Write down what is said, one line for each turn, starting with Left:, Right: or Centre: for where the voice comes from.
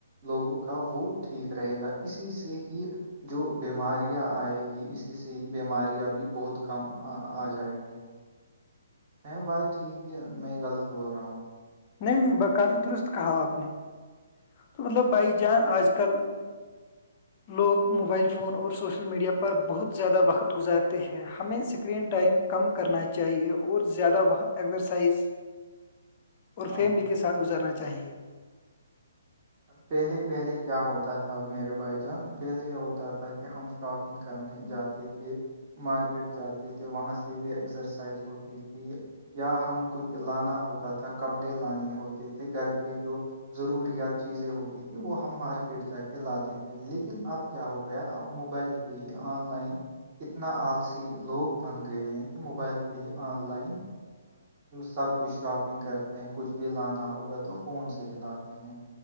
Right: لوگوں کا وہ ٹھیک رہے گا اسی سے ہی جو بیماریاں آئےیں گی اسی سے ہی بیماریاں بھی بہت کم آ جائیں گی ہ بھائی ٹھیک ہے میں غلط بول رہا ہوں
Left: نہیں نہیں ب کافی درست کہا آپ نے تو مطلب بائی جان آج کل لوگ موبائل فون اور سوشل میڈیا پر بہت زیادہ وقت گزارتے ہیں ہمیں اسکرین ٹائم کم کرنا چاہیے اور زیادہ وقت ایزرسائز اور
Right: آپ
Left: فیملی کے ساتھ گزارنا چاہیئے
Right: پہلے پہلے کیا ہوتا تھا میرے بھائی جان پہلے ہوتا تھا کہ ہم شاپ کرنے جاتے تھے مارکیٹ جاتے تھے وہاں سے بھی ایکسرسائز ہوتی تھی یا ہم کچھ لانا ہوتا تھا کپڑے لانے ہوتے تھے گھر کے جو ضروریات چیزیں ہوتی تھیں وہ ہم مارکیٹ جا کے لاتے تھے لیکن اب کیا ہو گیا اب موبائل پ آن لائن اتنا آلسی لوگ بن گئے ہیں کہ موبائل پہ ہی آن لائن سب کچھ شاپنگ کرتے ہیں کچھ بھی لانا ہوگا تو فون سے ہی لاتے ہیں